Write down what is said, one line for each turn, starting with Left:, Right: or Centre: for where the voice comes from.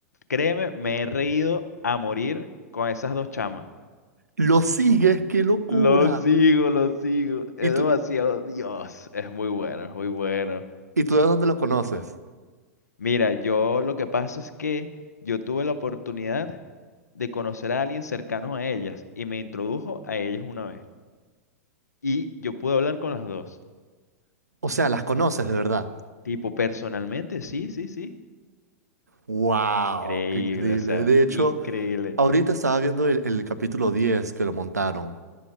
Left: créeme, me he reído a morir con esas dos chamas.
Right: Lo sigues, qué locura.
Left: Lo sigo, lo sigo. Es
Right: Y tú,
Left: demasiado, Dios, es muy bueno, es muy bueno.
Right: ¿Y tú de dónde lo conoces?
Left: Mira, yo lo que pasa es que yo tuve la oportunidad de conocer a alguien cercano a ellas y me introdujo a ellas una vez. Y yo pude hablar con las dos.
Right: O sea, las conoces de verdad.
Left: Tipo, personalmente, sí, sí, sí.
Right: ¡Wow!
Left: Increíble,
Right: ¡Qué increíble!
Left: o sea,
Right: De hecho,
Left: increíble.
Right: ahorita estaba viendo el, el capítulo 10 que lo montaron.